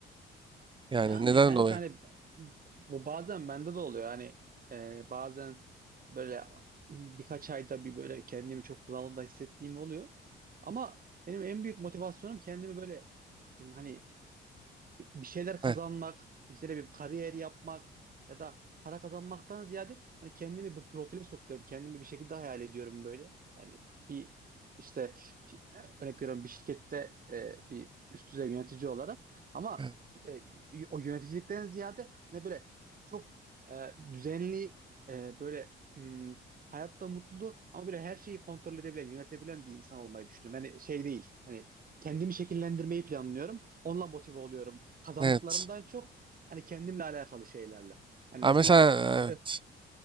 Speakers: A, on the right; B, on the right.
A: Yani
B: Yani
A: neden
B: kanka
A: dolayı?
B: hani bu bazen bende de oluyor. Hani e, bazen böyle birkaç ayda bir böyle kendimi çok bunalımda hissettiğim oluyor. Ama benim en büyük motivasyonum kendimi böyle hmm, hani bir, bir şeyler kazanmak,
A: Heh,
B: işte ne bir kariyer yapmak ya da para kazanmaktan ziyade hani kendimi bir profile sokuyorum. Kendimi bir şekilde hayal ediyorum böyle. Hani bir işte şi- örnek veriyorum bir şirkette e, bir üst düzey yönetici olarak ama
A: heh,
B: e, y- o yöneticilikten ziyade hani böyle çok e, düzenli e, böyle hmm, hayatta mutlu ama böyle her şeyi kontrol edebilen, yönetebilen bir insan olmayı düşünüyorum. Hani şey değil. Hani kendimi şekillendirmeyi planlıyorum. Onunla motive oluyorum. Kazandıklarımdan
A: Evet.
B: çok hani kendimle alakalı şeylerle. Yani
A: Ha,
B: mesela
A: mesela evet,
B: e, e,